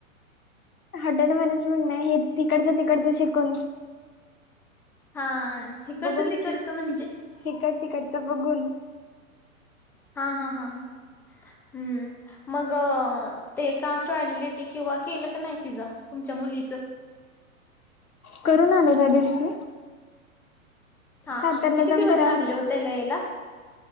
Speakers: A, on the left; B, in the centre.
A: हॉटेल मॅनेजमेंट ना हे तिकडचं तिकडचं शिकून
B: हा इकडचं
A: बघून
B: तिकडचं
A: श
B: म्हणजे
A: तिकट तिकडचं बघून
B: हा हा हा हा ह हम्म मग ते कास्ट व्हॅलिडीटी किंवा केलं क नाही तिचं तुमच्या मुलीच
A: करून आले त्या दिवशी
B: हा
A: सातारला
B: किती
A: जाऊ,
B: दिवस
A: न कराव
B: लागले
A: लागतं
B: हो त्याला यायला